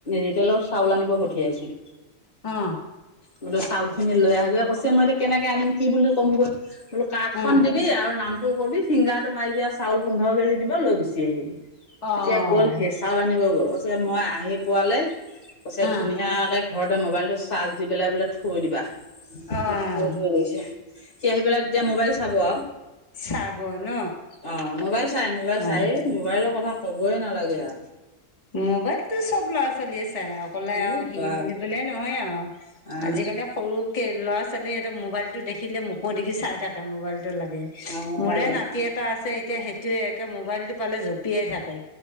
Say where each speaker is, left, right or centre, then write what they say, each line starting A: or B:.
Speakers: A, on the left; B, on the left.
A: ৰিটলৰ চাউল আনিব পঠিয়াইছোঁ।
B: অ।
A: বোলোঁ চাউল খিনি লৈ আহ গৈ, কৈছে মই এতিয়া কেনেকে আনিম কি বুলি ক'মগৈ বোল খন
B: অ',
A: দিবি আৰু নামটো কৰিবি ফিংগা তো মাৰিবি চাউল পোন্ধৰ কেজি দিব লৈ গুচি আহিবি।
B: অ',
A: এতিয়া গ'ল সেই চাউল আনিব গ'ল কৈছে মই আহি পোৱালে কৈছে
B: অ',
A: ধুনীয়াকে ঘৰতে মোবাইলটো চাৰ্জ দি পেলাই বোলে থৈ দিবা। সি
B: অ',
A: মোক কৈ থৈ গৈছে সি আহি পেলাই তেতিয়া মোবাইল চাব আও।
B: চাব। ন?
A: অ মোবাইল চাই মোবাইল
B: অ',
A: চাই মোবাইলৰ কথা কবই নালাগে আৰু।
B: মোবাইলটো চব ল'ৰা ছোৱালী তাই অকলে
A: এই
B: আও সি
A: বা
B: বুলিবলে নহয় আও
A: আহ
B: আজিকালি সৰুকে ল'ৰা ছোৱ ছোৱালী এটা মোবাইল টো দেখিলে মুখ দেগি চাই থাকে মোবাইলতো লাগে।
A: আহ
B: মোৰে
A: ভাল লাগে।
B: নাতি এটা আছে এতিয়া সেইটোয়ে একে মোবাইলতটো পালে জপিয়াই থাকে।